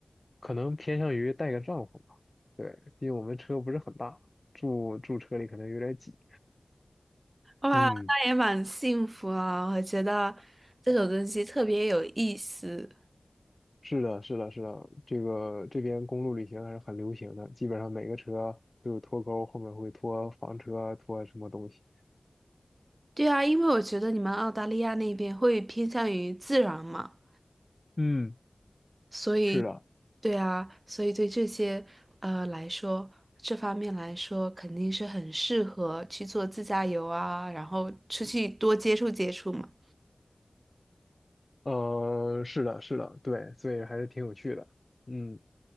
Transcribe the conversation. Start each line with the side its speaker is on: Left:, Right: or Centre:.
Left: 可能偏向于带个帐篷吧。对，毕竟我们车不是很大，住住车里可能有点挤。
Right: 哇，
Left: 嗯，
Right: 那也蛮幸福啊！我觉得这种东西特别有意思。
Left: 是的，是的，是的，这个这边公路旅行还是很流行的，基本上每个车都有拖钩，后面会拖房车，拖什么东西。
Right: 对啊，因为我觉得你们澳大利亚那边会偏向于自然嘛。
Left: 嗯，
Right: 所以，
Left: 是的。
Right: 对啊，所以对这些呃来说，这方面来说，肯定是很适合去做自驾游啊，然后出去多接触接触嘛。
Left: 呃，是的，是的，对，所以还是挺有趣的。嗯，